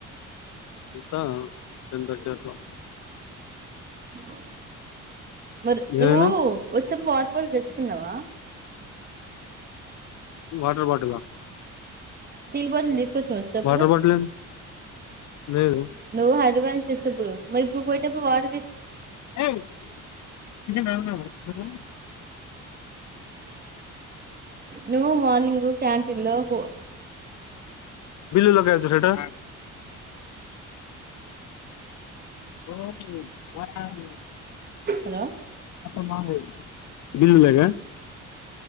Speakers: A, on the left; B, on the right.
A: ఎల్తా టెన్ తర్టీ అట్లా
B: ఆ <inaudible> మరి
A: ఏమైనా
B: నువ్వు వచెటపుడు <inaudible> తెచ్చుకున్నావా
A: వాటర్ బాటిల్
B: చిల్బ <inaudible> <inaudible> ఒక సస్ పడు
A: వాటర్ బాటిల్ లేదు
B: నువ్వు హైదరాబాద్ ేప్పుడు మరి ఇప్పుడు పోయేటప్పుడు వాడు
A: ఏయి <inaudible>
B: నువ్ మార్నింగ్ క్యాంటీన్లొ పో <inaudible>
A: బలు లేగాేచ్చు సట <inaudible> <inaudible> బోర్డ్ చేసినవా
B: హలో
A: <inaudible> మా <inaudible> <inaudible> ఇిందలగా